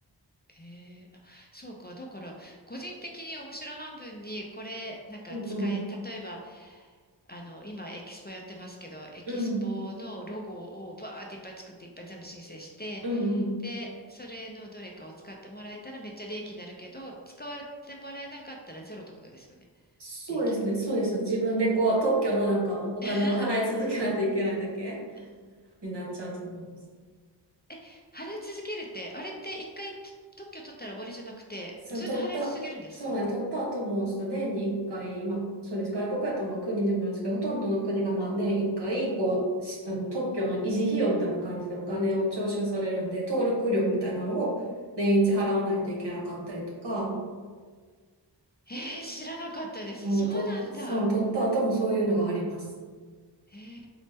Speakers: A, on the left (about 25°); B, on the right (about 65°).
A: ええあ、そうか。だから、個人的に面白半分に、これ、なんか使え、
B: うんうん。
A: 例えば、あの、今、エキスポやってますけど、エキスポのロゴをバーっていっぱい作って、
B: うん。
A: いっぱい全部申請して、
B: うんうん。
A: で、それのどれかを使ってもらえたらめっちゃ利益になるけど、使われてもらえなかったらゼロってことですよね。
B: そうですね、
A: 利益が。
B: そうですよ。自分でこう、特許のなんかお、お金を払い続けないといけないだけ
A: <laughs> うん
B: になっちゃうと思います。
A: え、払い続けるって、あれって一回と特許取ったら終わりじゃなくて、
B: その取った、
A: ずっと払い続けるんですか
B: そうなんです、取った後も、ちょっと年に1回、まあ、そうです。外国やったらまあ国でもあるんですけど、ほとんどの国がまあ年1回、こう、しあの特許の維持費用みたいな感じでお金を徴収されるんで、登録料みたいなのを年一払わないといけなかったりとか、
A: えー、知らなかったです。
B: うん、
A: そうなんだ。
B: と、そう、取った後もそういうのがあります。
A: えー、